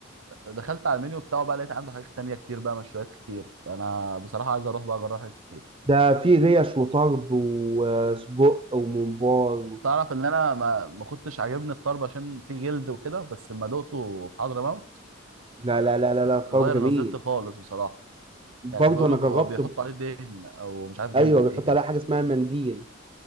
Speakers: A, on the right (about 85°); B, on the right (about 25°).
A: دخلت على المنيو بتاعه بقى لقيت عنده حاجات تانية كتير بقى مشويات كتير فانا بصراحه عايز اروح بقى اجرب حاجات كتير
B: ده في ريش وطرب وسجق وممبار
A: تعرف ان انا ما, ما كنتش عاجبني الطرب عشان فيه جلد وكده بس لما دقته في حضرموت
B: لا
A: آه،
B: لا لا لا لا الطرب
A: غير
B: جميل
A: نظرتي خالص بصراحه
B: برضه
A: يعني بيقولوا
B: انا جربت
A: هو بيحطوا
B: ب-
A: عليه دهن او مش عارف جلدة
B: ايوه بيحط
A: ايه كده
B: عليها حاجه اسمها منديل